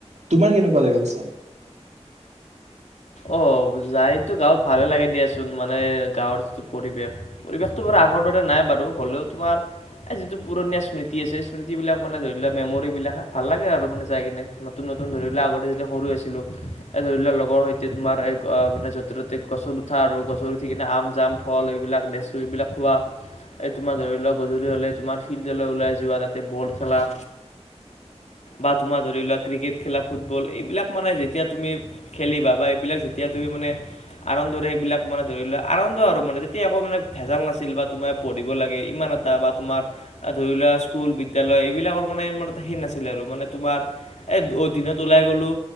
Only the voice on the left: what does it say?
অ যাইতো গাঁৱত ভালে লাগে দিয়াচোন মানে গাঁৱৰ যিটো পৰিৱেশ পৰিৱেশটো বাৰু আগৰ দৰে নাই বাৰু হ'লেও তোমাৰ এই যিটো পুৰণীয়া স্মৃতি আছে এই স্মৃতি বিলাক মানে ধৰি লোৱা মেমৰি বিলাক ভাল লাগে আৰু মানে যাই কিনে। নতুন নতুন ধৰি লোৱা আগতে যেতিয়া সৰু আছিলো এই ধৰি লোৱা লগৰ সৈত, তে তোমাৰ এ মানে য'তে ত'তে গছৰ উঠা আৰু গছৰ উঠি কিনে আম জাম ফল এইবিলাক লেচ চু এইবিলাক খোৱা। এই তোমাৰ ধৰি লোৱা গধূলি হলে তোমাৰ ফিল্ডলে ওলাই যোৱা তাতে বল খেলা, বা তোমাৰ ধৰি লোৱা ক্ৰিকেট খেলা ফুটবল এইবিলাক মানে যেতিয়া তুমি খেলি বা বাই। বিলাক যেতিয়া তুমি মানে। আনন্দৰে এইবিলাক মানে ধৰি লোৱা আনন্দ আৰু মানে তেতিয়া একো মানে ভেজাল নাছিল বা তোমাৰ পঢ়িব লাগে ইমান এটা বা তোমাৰ। আ ধৰি লোৱা স্কুল, বিদ্যালয় এইবিলাকৰ মানে ইমান এটা সেই নাছিলে আৰু মানে তোমাৰ। এই দিনত ওলাই গ'লোঁ